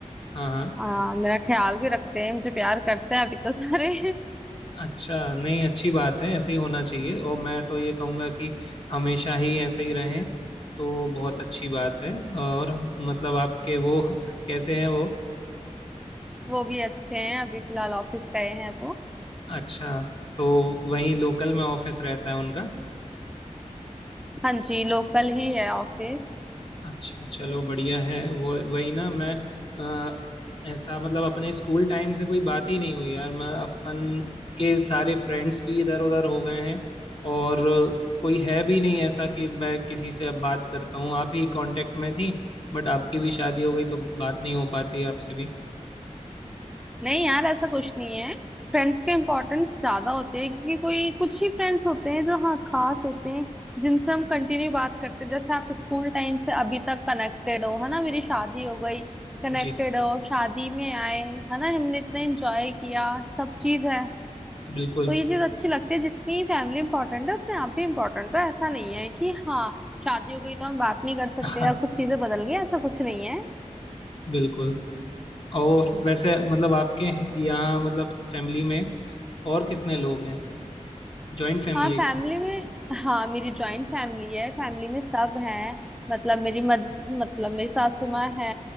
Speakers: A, on the left; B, in the centre.
A: हाँ हाँ
B: आ, मेरा ख्याल भी रखते हैं मुझे प्यार करते हैं अभी तो सारे
A: अच्छा नहीं अच्छी बात है ऐसे ही होना चाहिए और मैं तो ये कहूँगा कि हमेशा ही ऐसे ही रहें तो बहुत अच्छी बात है और मतलब आपके वो <laughs> कैसे हैं वो
B: <laughs> वो भी अच्छे हैं अभी फिलहाल ऑफिस गए हैं वो
A: अच्छा तो वहीं लोकल में ऑफिस रहता है उनका
B: हाँ जी लोकल ही है ऑफिस
A: अच्छा चलो बढ़िया है वो वही ना मैं अ, ऐसा मतलब अपने स्कूल टाइम से कोई बात ही नहीं हुई यार मैं अपन के सारे फ्रेंड्स भी इधर उधर हो गए हैं और कोई है भी नहीं ऐसा कि मैं किसी से अब बात करता हूँ आप ही कांटेक्ट में थी बट आपकी भी शादी हो गई तो बात नहीं हो पाती आपसे भी
B: नहीं यार ऐसा कुछ नहीं है फ्रेंड्स के इम्पोर्टेंस ज्यादा होते हैं क्योंकि कोई कुछ ही फ्रेंड्स होते हैं जो हाँ खास होते हैं जिनसे हम कंटिन्यू बात करते हैं जैसे आप स्कूल टाइम से अभी तक कनेक्टेड हो है ना मेरी शादी हो गई कनेक्टेड
A: जी
B: हो शादी में आए है ना हमने इतना एंजॉय किया सब चीज है
A: बिल्कुल
B: तो ये चीज अच्छी लगती है जितनी फैमिली इंपॉर्टेंट है उतने आप भी इम्पोर्टेंट हो ऐसा नहीं है कि हाँ शादी हो गई तो हम बात नहीं कर सकते
A: <laughs> हाँ
B: या कुछ चीजें बदल गई ऐसा कुछ नहीं है
A: बिल्कुल और वैसे मतलब आपके यहाँ मतलब फैमिली में और कितने लोग हैं जॉइंट फैमिली
B: हाँ
A: है
B: फैमिली में हाँ मेरी जॉइंट फैमिली है फैमिली में सब हैं मतलब मेरी मद, मतलब मेरी सासू माँ है